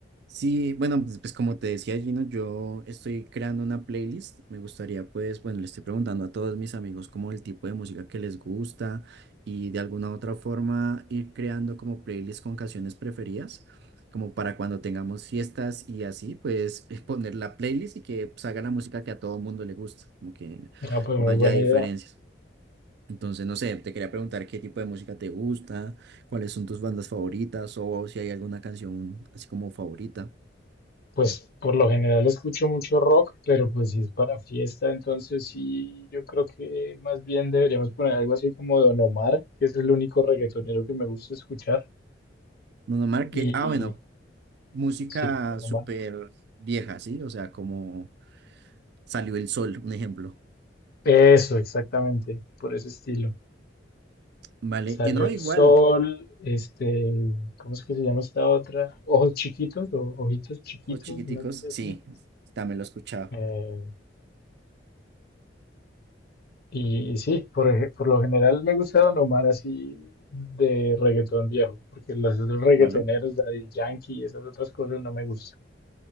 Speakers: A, on the right; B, on the left.
A: Sí, bueno, pues, pues como te decía Gino, yo estoy creando una playlist. Me gustaría, pues, bueno, le estoy preguntando a todos mis amigos como el tipo de música que les gusta y de alguna u otra forma ir creando como playlist con canciones preferidas, como para cuando tengamos fiestas y así, pues <laughs> poner la playlist y que salga la música que a todo mundo le gusta, como que
B: Ah, pues
A: no
B: muy
A: haya
B: buena
A: diferencias.
B: idea.
A: Entonces, no sé, te quería preguntar qué tipo de música te gusta, cuáles son tus bandas favoritas o si hay alguna canción así como favorita.
B: Pues por lo general escucho mucho rock, pero pues si es para fiesta, entonces sí, yo creo que más bien deberíamos poner algo así como Don Omar, que es el único reggaetonero que me gusta escuchar.
A: Bruno Mars, que,
B: Y
A: ah, bueno, música
B: sí, Don
A: súper
B: Omar.
A: vieja, ¿sí? O sea, como Salió el Sol, un ejemplo,
B: Eso, exactamente, por ese estilo.
A: ¿vale?
B: Salió
A: Y no,
B: el
A: igual,
B: sol, este, ¿cómo es que se llama esta otra? Ojos chiquitos o ojitos chiquitos,
A: Ojos Chiquiticos,
B: una cosa así.
A: sí, también lo he escuchado,
B: Eh, Y, y sí, por, ej- por lo general me gusta Don Omar así de reggaetón viejo, porque los otros reggaetoneros,
A: ¿vale?
B: Daddy Yankee y esas otras cosas no me gustan.